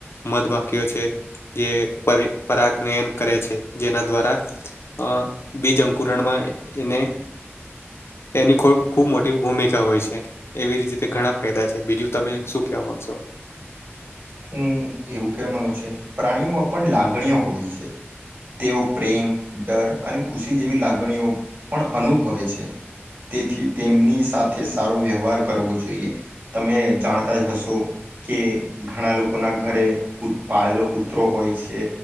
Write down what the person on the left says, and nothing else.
મધમાકીઓ છે, જે પરી પરાગયન કરે છે. જેના દ્વારા અ બીજ અંકુરણમાં એને એની ખૂબ ખૂબ મોટી ભૂમિકા હોય છે. એવી રીતે ઘણા ફાયદા છે. બીજું તમે શું કેવા માંગશો?